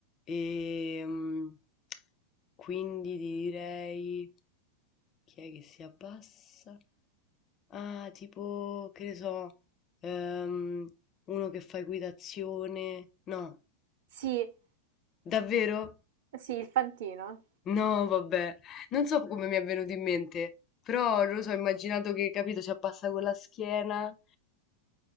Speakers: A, on the left (about 30°); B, on the right (about 55°).
A: ehm, quindi ti direi chi è che si abbassa? Ah, tipo, che ne so, ehm, uno che fa equitazione. No,
B: Sì,
A: davvero?
B: sì, il fantino.
A: No, vabbè, non so come mi è venuto in mente, però non lo so, ho immaginato che, capito, ci appassa con la schiena.